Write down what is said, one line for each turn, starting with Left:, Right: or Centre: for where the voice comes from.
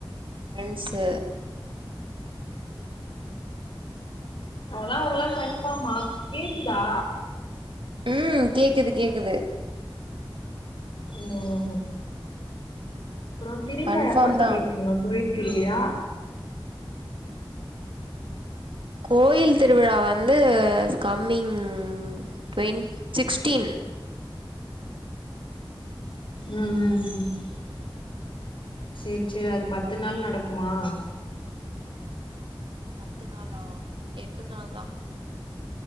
Right: ஃப்ரென்ஸு
Left: ஆனா அவுங்கல்லா கண்ஃபாமா கேக்குதா
Right: ம் கேக்குது கேக்குது
Left: ம் அப்ரோ திருவிழா
Right: கன்ஃபார்ம்
Left: எப்ப சொல்லிர்
Right: தா
Left: உங்க கோவில் திருவிழா
Right: கோயில் திருவிழா வந்து கம்மிங் ட்வென் சிக்ஸ்டீன்
Left: ம் ம் சேரி சேரி அது பத்து நாள் நடக்குமா
Right: பத்து நாளா எட்டு நாள்தா